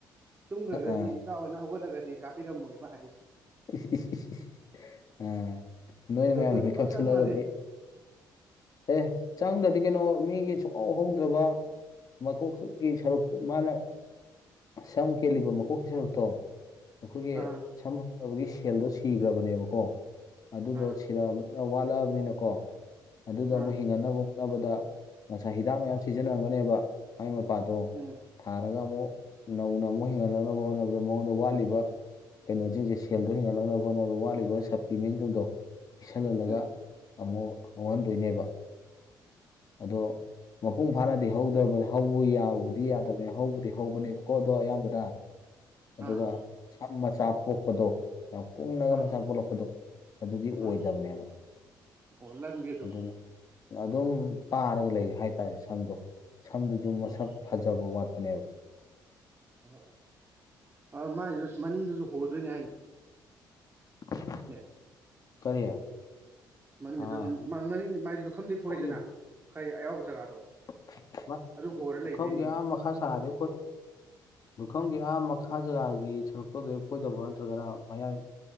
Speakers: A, on the right; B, on the left.
A: ꯇꯨꯝꯈ꯭ꯔꯒꯗꯤ
B: ꯑꯥ
A: ꯏꯇꯥꯎ ꯑꯣꯏꯅ ꯍꯧꯒꯠꯂꯒꯗꯤ ꯀꯥꯄꯤꯔꯝꯃꯣꯏꯌꯦ ꯃꯥ ꯍꯥꯏꯁꯤ
B: ꯏꯁ ꯏꯁ ꯏꯁ ꯏꯂ ꯅꯣꯏ
A: ꯖꯣꯇꯣꯟꯗꯤ
B: ꯃꯌꯥꯝꯅ ꯃꯤꯀꯞ
A: ꯐꯖ
B: ꯊꯣꯛꯂꯛꯑꯒꯗꯤ
A: ꯆꯪ ꯃꯥꯜꯂꯦ
B: ꯑꯦ ꯆꯪꯗ꯭ꯔꯗꯤ ꯀꯩꯅꯣ ꯃꯤꯒꯤ ꯁꯨꯍꯧ ꯍꯧꯗ꯭ꯔꯕ ꯃꯀꯣꯛꯇꯨꯒꯤ ꯁꯔꯨꯛꯇꯨ ꯃꯥꯅ ꯁꯝ ꯀꯦꯜꯂꯤꯕ ꯃꯀꯣꯛꯀꯤ ꯁꯔꯨꯛꯇꯣ ꯑꯩꯈꯣꯏꯒꯤ
A: ꯑꯥ
B: ꯁꯝ ꯍꯧꯅꯕꯒꯤ ꯁꯦꯜꯗꯣ ꯁꯤꯈ꯭ꯔꯕꯅꯦꯕꯀꯣ ꯑꯗꯨꯗꯣ
A: ꯑꯥ
B: ꯁꯤꯔꯛꯑꯕꯅꯤ ꯅꯥ ꯋꯥꯠꯂꯛꯑꯕꯅꯤꯅꯀꯣ ꯑꯗꯨꯗꯣ ꯑꯃꯨꯛ
A: ꯑꯥ
B: ꯍꯤꯡꯒꯠꯅꯕ ꯍꯣꯠꯅꯕꯗ ꯉꯁꯥꯏ ꯍꯤꯗꯥꯛ ꯃꯌꯥꯝ ꯁꯤꯖꯤꯟꯅꯔꯝꯒꯅꯦꯕ ꯃꯥꯏ ꯃꯄꯥꯗꯣ
A: ꯎꯝ
B: ꯊꯥꯔꯒ ꯑꯃꯨꯛ ꯅꯧꯅ ꯑꯃꯨꯛ ꯍꯤꯡꯍꯜꯂꯛꯅꯕ ꯍꯣꯠꯅꯕꯗ ꯃꯉꯣꯟꯗ ꯋꯥꯠꯂꯤꯕ ꯑꯦꯅꯔꯖꯤꯖꯦ ꯁꯦꯜꯗꯣ ꯍꯦꯟꯉꯂꯛꯅꯕ ꯍꯣꯠꯅꯕ ꯋꯥꯠꯂꯤꯕ ꯁꯄ꯭ꯂꯤꯃꯦꯟꯁꯤꯡꯗꯣ ꯄꯤꯁꯟꯂꯝꯃꯒ
A: ꯎꯝ
B: ꯑꯃꯨꯛ ꯍꯧꯍꯟꯗꯣꯏꯅꯦꯕ ꯑꯗꯣ ꯃꯄꯨꯡ ꯐꯥꯅꯗꯤ ꯍꯧꯗꯕꯅꯦ ꯍꯧꯕ ꯌꯥꯕꯕꯨꯗꯤ ꯌꯥꯗꯕꯅꯤ ꯍꯧꯕꯨꯗꯤ ꯍꯧꯕꯅꯦꯕꯀꯣ ꯑꯗꯣ ꯑꯌꯥꯝꯕꯅ ꯑꯗꯨꯒ
A: ꯑꯥ
B: ꯁꯝ ꯃꯆꯥ ꯄꯣꯛꯄꯗꯣ ꯌꯥꯝ ꯀꯨꯡꯅꯒ
A: ꯑꯥ
B: ꯃꯆꯥ ꯄꯣꯛꯂꯛꯄꯗꯣ ꯑꯗꯨꯗꯤ ꯑꯣꯏꯗꯕꯅꯦꯕ
A: ꯑꯥ ꯑꯣ ꯂꯟꯕꯤ ꯑꯗꯨꯝ
B: ꯑꯗꯨꯅ ꯑꯗꯨꯝ ꯄꯥꯔꯒ ꯂꯩ ꯍꯥꯏꯇꯥꯔꯦ ꯁꯝꯗꯣ ꯁꯝꯗꯨꯁꯨ ꯃꯁꯛ
A: ꯑꯣ
B: ꯐꯖꯕ ꯋꯥꯠꯄꯅꯦꯕ꯫
A: ꯑꯣ ꯑꯣ ꯑ ꯃꯥꯏꯗꯨ ꯃꯅꯤꯡꯗꯨꯁꯨ ꯍꯣꯗꯣꯏꯅꯤ ꯍꯥꯏꯅꯤ꯫
B: <unintelligible>
A: <unintelligible>
B: ꯀꯔꯤ
A: ꯃꯅꯤꯡꯒꯤ
B: ꯑꯥ
A: ꯑꯗꯨ ꯑꯗꯨꯝ ꯃꯅꯤꯡꯗꯤ ꯃꯥꯒꯤ ꯂꯨꯈꯝꯗꯤ ꯐꯣꯏꯗꯅ
B: ꯐꯨꯒꯤꯕ
A: ꯈꯔ ꯑꯌꯥꯎꯕ ꯖꯒꯥꯗꯣ
B: <unintelligible>
A: ꯑꯗꯨ ꯍꯣꯔ
B: ꯂꯨꯈꯝꯒꯤ
A: ꯂꯩꯗꯣꯏꯅꯦꯌꯦ
B: ꯑꯥ ꯃꯈꯥ ꯁꯥꯗꯦ <unintelligible> ꯂꯨꯈꯝꯒꯤ ꯑꯥ ꯃꯈꯥ ꯖꯒꯥꯒꯤ ꯁꯔꯨꯛꯇꯣ ꯑꯗꯩ ꯄꯨꯟꯗꯕ꯭ꯔꯣ ꯅꯠꯇ꯭ꯔꯒꯅ ꯃꯌꯥꯏ